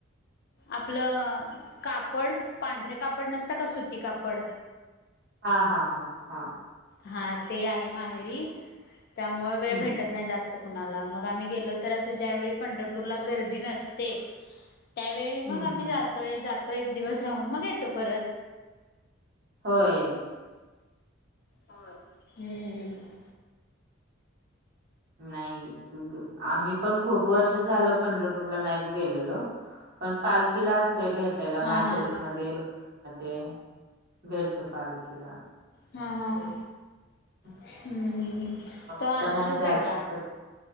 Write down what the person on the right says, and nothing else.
हा हा हा हा.
हं,
हं,
हं.
होय.
नाही आम्ही पण खूप वर्ष झालं पंढरपूरला नाहीच गेलेलो. पण पालखीला असतोय भेटायला माळशिरस
मध्ये <unintelligible> भेटतो पालखिला.
हं.
लोणंदला
नाही जात
ना, तर